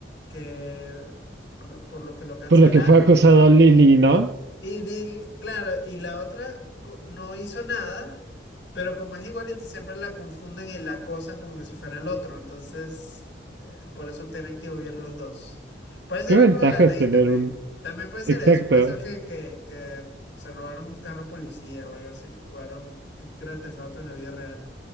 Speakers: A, on the left; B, on the right.
A: que por, por lo que lo cancelaron.
B: Por lo que fue acusado Lily, ¿no?
A: Y Dil, claro, y la otra co- no hizo nada, pero como es igualita, siempre la confunden y la acosan como que si fuera el otro. Entonces, que- por eso tienen que huir los dos. Puede ser
B: ¿Qué ventaja
A: algo de la ley
B: es tener
A: también.
B: un...
A: También puede ser
B: Exacto.
A: eso. Puede ser que, que, que se robaron un carro policía o algo así. Jugaron Grand Theft Auto en la vida real.